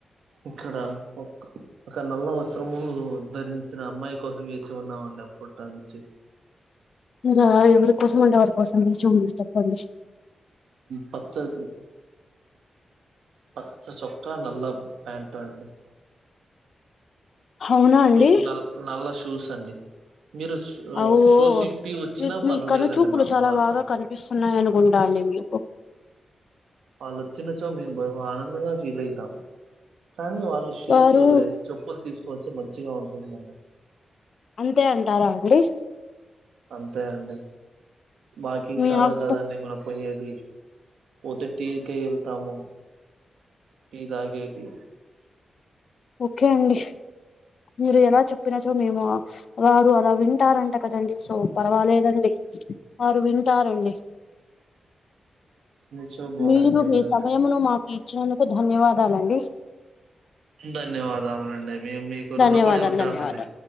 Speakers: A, on the right; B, on the left.
A: ఇక్కడ ఒక ఒక నల్ల వస్ స్రములు ధరించిన అమ్మాయి కోసం వేచి ఉన్నామండి అప్పట నుంచి.
B: ఇలా ఎవరి కోసం అంటే వారి కోసం నిల్చున అని చెప్పండి.
A: పత్తరుకు పచ్చ చొక్కా, నల్ల ప్యాంటు అండి.
B: అవునా
A: షూ
B: అండి
A: నల్ నల్ల షూస్ అండి. మీరు షూ
B: అవు
A: షూస్ ఇప్పి వచ్చినా
B: మీ మీ
A: పర్లేదండి
B: కనుచూపులు
A: మాకు
B: చాలా
A: వాళ్ళు.
B: బాగా కనిపిస్తున్నాయి అనుకుంటా అండి మీకు
A: వాళ్ళు అచ్చినచో మేం ఆనందంగా ఫీల్ అయితాము. కానీ వాళ్ళు షూస్
B: వారు
A: వదిలేసి చెప్పులు తీసుకోవాల్సి మంచిగా ఉంటుందండి.
B: అంతే అంటారా అండి.
A: అంతే అండి వాకింగ్
B: మీ
A: కాదు
B: అబ్బ
A: కదండి మనం పోయేది. పోతే టీ కే ఎళ్తాము. టీ తాగేకి.
B: ఓకే అండి మీరు ఎలా చెప్పినచో మేము వారు అలా వింటారంట కదండి సో పర్వాలేదండి. వారు వింటారండి.
A: నిచో బాగుంటుందండి
B: మీరు మీ సమయమును మాకు ఇచ్చినందుకు ధన్యవాదాలండి.
A: ధన్యవాదములు అండి. మేం మీకు రుణపడి
B: ధన్యవాదాలు
A: ఉంటామండి.
B: ధన్యవాదాలు